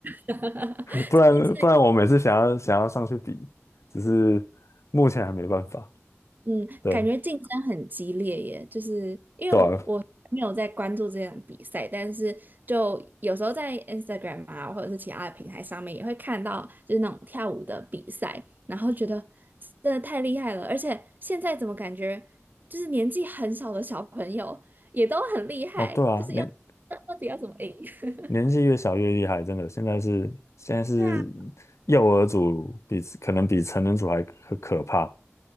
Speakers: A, on the right; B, on the left.
A: <laughs> 这也是，
B: 不然不然我每次想要想要上去比，只是目前还没办法。
A: 嗯，
B: 对
A: 感觉竞争很激烈耶，就是因为我我没有在关注这种比赛，
B: 对啊，
A: 但是就有时候在 Instagram 啊，或者是其他的平台上面也会看到，就是那种跳舞的比赛，然后觉得真的太厉害了，而且现在怎么感觉就是年纪很小的小朋友也都很厉害，
B: 哦对啊，
A: 就是要
B: 年
A: 到底要怎么赢？<laughs>
B: 年纪越小越厉害，真的。现在是现在是
A: 对啊，
B: 幼儿组比可能比成人组还可可怕。